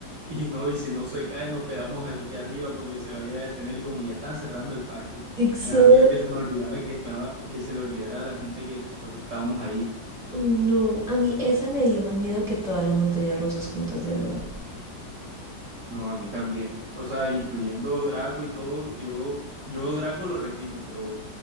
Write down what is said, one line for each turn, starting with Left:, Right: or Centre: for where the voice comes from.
Right: Y no, y si no se cae, nos quedamos aquí arriba porque se vaya a detener. Y como ya están cerrando el parque,
Centre: Exacto.
Right: me da miedo que se nos olvidara que estaba, que se le olvidara a la gente que nosotros estábamos ahí.
Centre: Uy, no. A mí esa me dio más miedo que todas las montañas rusas juntas, de verdad.
Right: No, a mí también. O sea, incluyendo Draco y todo, yo, yo Draco lo repito, pero,